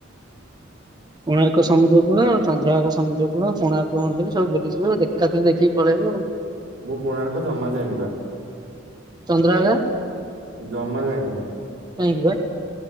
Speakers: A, on the right; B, on the right.
A: <inaudible>
B: କୋଣାର୍କ ସମୁଦ୍ର କୂଳ ଚନ୍ଦ୍ରଭାଗ ସମୁଦ୍ର କୂଳ କୋଣାର୍କ ମନ୍ଦିର ସବୁ ବୁଲିଯିବ ଦେଖ ଏକା ଥରେ ଦେଖିକି ପଳେଇବୁ ଆଉ
A: ମୁଁ କୋଣାର୍କ ଜମା ଯାଇନି ବା
B: ଚନ୍ଦ୍ରଭାଗା
A: ଜମା ଯାଏନି।
B: କାହିଁକି ବା